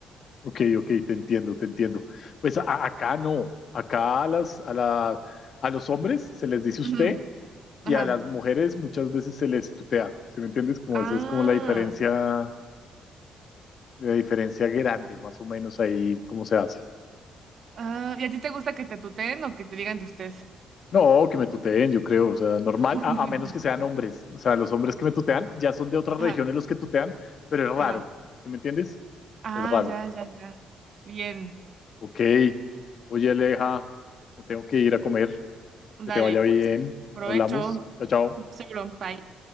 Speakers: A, on the left; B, on the right.
A: ok, ok, te entiendo, te entiendo. Pues a- acá no, acá a, las, a, la, a los hombres se les dice usted
B: Ujú.
A: y
B: Ajá.
A: a las mujeres muchas veces se les tutea, ¿sí me entiendes? Como
B: Ah,
A: eso es como la diferencia, la diferencia grande, más o menos ahí cómo se hace.
B: ah, ¿y a ti te gusta que te tuteen o que te digan de usted?
A: No, que me tuteen, yo creo, o sea, normal,
B: <laughs>
A: a, a menos que sean hombres, o sea, los hombres que me tutean ya son de otras
B: Ajá,
A: regiones los que tutean, pero es raro,
B: ajá.
A: ¿sí me entiendes?
B: Ah,
A: Es raro.
B: ya, ya, ya. Bien.
A: Ok, oye Aleja, me tengo que ir a comer,
B: Dale,
A: que te vaya bien,
B: pues, provecho,
A: hablamos, chao, chao.
B: seguro, bye.